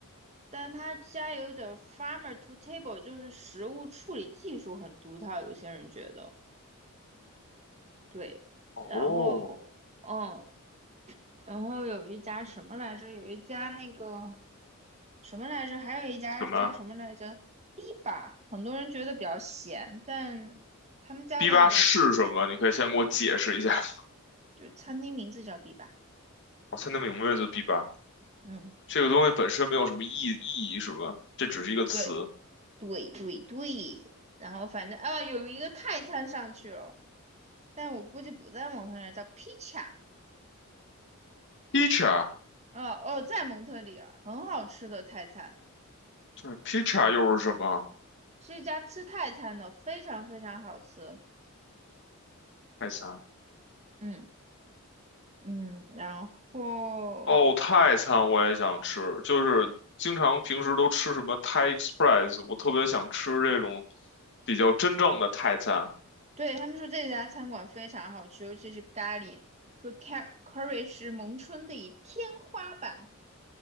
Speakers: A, on the right (about 30°); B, on the left (about 55°).
A: 但他家有点儿 farmer to table，就是食物处理技术很独特，有些人觉得对。
B: 哦，
A: 然后，嗯，然后有一家什么来着？有一家那个什么来着？还有一家叫什么来着？Biba，
B: 什么
A: 很多人觉得比较咸，但他们家的
B: ？B 八是什么？你可以先给我解释一下吗，
A: 就餐厅名字叫 Biba。
B: <laughs> 我才能明白就 B 八
A: 嗯。
B: 这个东西本身没有什么意意义，是吧？这只是一个词。
A: 对，对对对，然后反正啊，有一个泰餐上去了，但我估计不在蒙特利尔，叫披萨。
B: Pizza
A: 哦哦，在蒙特利尔，很好吃的泰餐，
B: 就是 pizza 又是什么？
A: 是一家吃泰餐的，非常非常好吃。
B: 泰餐。
A: 嗯嗯，然后
B: 哦，泰餐我也想吃，就是经常平时都吃什么 Thai Express，我特别想吃这种比较真正的泰餐。
A: 对他们说这家餐馆非常好吃，尤其是咖喱，说 ca- curry 是蒙春的一天花板。